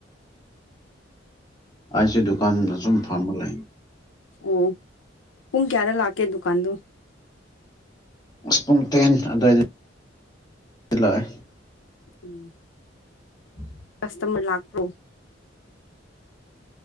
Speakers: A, on the left (about 20°); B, on the left (about 75°).
A: ꯑꯩꯁꯦ ꯗꯨꯀꯥꯟ ꯑꯁꯨꯝ ꯐꯕ ꯂꯩ
B: ꯎꯝ ꯄꯨꯨꯡ ꯀꯌꯥꯗ ꯂꯥꯛ ꯀ ꯗꯨꯀꯥꯟꯗ
A: ꯑꯁ ꯄꯨꯡ ꯇꯦꯟ ꯑꯗꯨꯋꯥꯏꯗ ꯂꯥꯛꯑꯦ
B: ꯎꯝ <inaudible>
A: ꯎꯝ <unintelligible>
B: ꯀꯁꯇꯃꯔ ꯂꯥꯛꯄ꯭ꯔꯣ